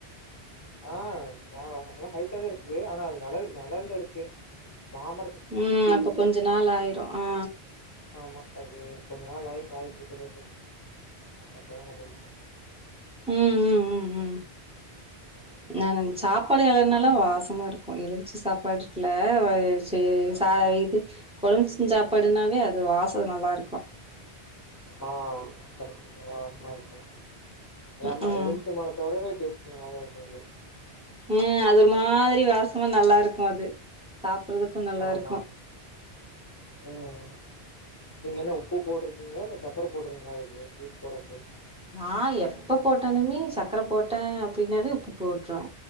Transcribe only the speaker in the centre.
ம் அப்ப கொஞ்ச நாள் ஆயிடு ஆ
ம் ம் ம் ம்
நாங் சாப்பாடு ஏதா இருந்தாலு வாசமா இருக்கு எலுமிச்ச சாப்பாடு இருக்குல்ல சேரி ஆ இது கொழம்பச்ச சாப்பாடுனாவே அது வாசன நல்லா இருக்கு
ம்
ம்
ம் அதுமாரி வாசமா நல்லா இருக்கு அது சாப்றதுக்கு நல்லா
இருக்கு
நா எப்ப போட்டாலுமே சக்கர போட்ட அப்படின்னாவே உப்பு போட்டுருவ